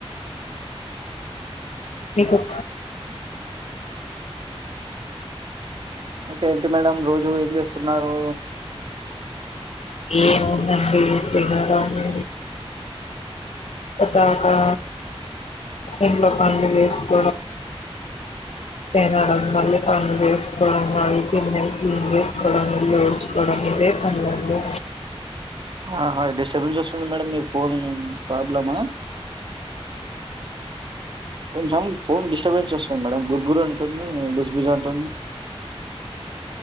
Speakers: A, on the left; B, on the right.
A: మ <unintelligible>
B: ఇంకా ఏంటి మేడం రోజు ఏం చేస్తున్నారు
A: ఏమందండి తిన్నారాము ఒకగా ఇకం విేశ <unintelligible> మళడ మళ్ళ అేస్ మస్ <unintelligible> ఉపయోించుకోవడం ఇదే పందండి
B: ఆహా డిస్టర్బెన్స్ వస్తుంది మేడం మీ ఫోన్ ప్రాబ్లమ్ ఆ కొంచెం ఫోన్ డిస్టర్బెన్స్ వస్తుంది మేడం గుర్గురు ఉంటుంది బుజ బుజ అంటుంది